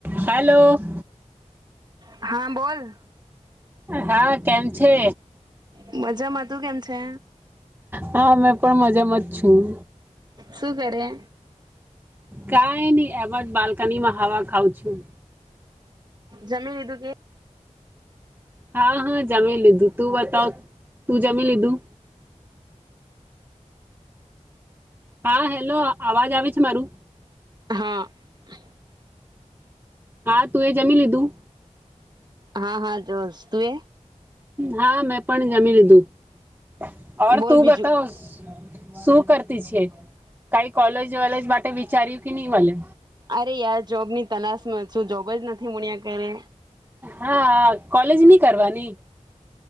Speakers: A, on the right (about 15°); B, on the right (about 35°).
A: Hello <unintelligible>
B: હા બોલ.
A: હા કેમ છે
B: મજામાં તું કેમ છે
A: હા અમે પણ મજામાં જ છું
B: શું કરે
A: કઈ નહી આ. બલ. <unintelligible> કનીમાં હાવા ખાવાં છું.
B: જમીન લીધું કે.
A: હા હા જમી લીધું તું બતાવ તું જમી લીધું હા હેલો અવાજ આવે છે મારું.
B: હા <unintelligible>
A: હા તું એ જમી લીધું.
B: હા હા જો તું એ.
A: હા મેં પણ જમી લીધું. <unintelligible>
B: બોલ
A: તું
B: બીજું
A: બતાવશ શું કરતી છે કઈ કોલેજ વલેજ માટે વિચાર્યું કે નહી મલે
B: અરે યાર જોબની તલાશમાં છું જોબ જ નથી મળ્યા કરરે
A: હા કોલેજ ની કરવાની